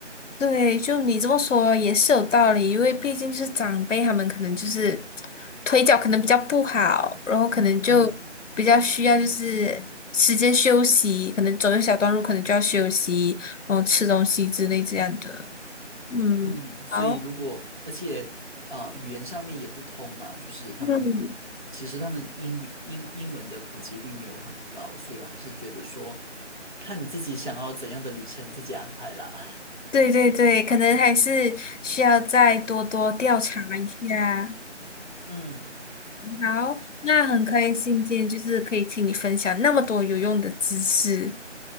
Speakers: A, on the left; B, on the right.
A: 对，就你这么说也是有道理，因为毕竟就是长辈他们可能就是腿脚可能比较不好，然后可能就比较需要就是时间休息，
B: 嗯。
A: 可能走一小段路可能就要休息，然后吃东西之类这样的。嗯。
B: 嗯，所以如果而且啊、
A: 好。
B: 呃语言上面也不通嘛，就是他们会
A: 嗯，
B: 其实他们英语英英文的普及率没有很高，所以我还是觉得说，看你自己想要怎样的旅程，你自己安排啦。
A: 对对对，可能还是需要再多多调查一下。
B: <laughs> 嗯，
A: 好，那很开心今天就是可以听你分享那么多有用的知识，